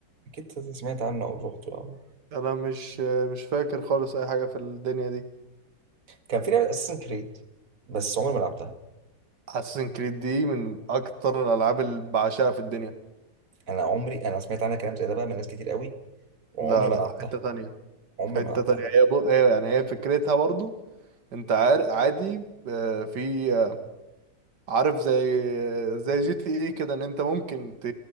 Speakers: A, on the right; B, on the right.
A: اكيد سمعت عنه او روحته او
B: انا مش مش فاكر خالص اي حاجه في الدنيا دي
A: كان في لعبه اساسن كريد بس عمري ما لعبتها
B: اساسن كريد دي من اكتر الالعاب اللي بعشقها في الدنيا
A: انا عمري انا سمعت عنها كلام زي ده بقى من ناس كتير قوي وعمري
B: لا
A: ما
B: لا
A: لعبتها
B: حته تانية
A: عمري
B: حته
A: ما لعبتها
B: تانية هي بو... هي يعني هي فكرتها برضو انت عار... عادي آه، في آه، عارف زي زي جي تي ايه كده ان انت ممكن ت...